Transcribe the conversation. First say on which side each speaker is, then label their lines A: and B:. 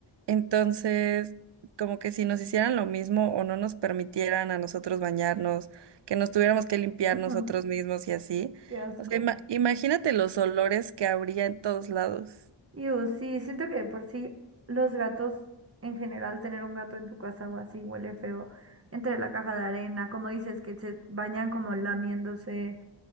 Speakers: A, on the right; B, on the right.
A: entonces como que si nos hicieran lo mismo o no nos permitieran a nosotros bañarnos, que nos tuviéramos que limpiar
B: <laughs>
A: nosotros
B: Ujú,
A: mismos y así.
B: Qué asco.
A: O sea, ima- imagínate los olores que habría en todos lados.
B: Y uh, sí, siento que de por sí los gatos en general, tener un gato en tu casa o así huele feo. Entre la caja de arena, como dices, que se bañan como lamiéndose.